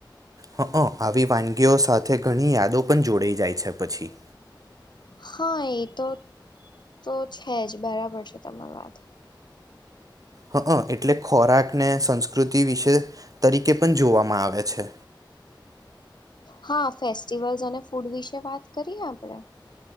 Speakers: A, on the right; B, on the left.
A: હ આવી વાનગીઓ સાથે ઘણી યાદો પણ જોડાઈ જાય છે પછી
B: હા એ તો તો છે જ બરાબર છે તમાર વાત
A: હ એટલે ખોરાકને સંસ્કૃતિ વિશે તરીકે પણ જોવામાં આવે છે
B: હા ફેસ્ટિવલ્સ અને ફૂડ વિશે વાત કરીએ આપડે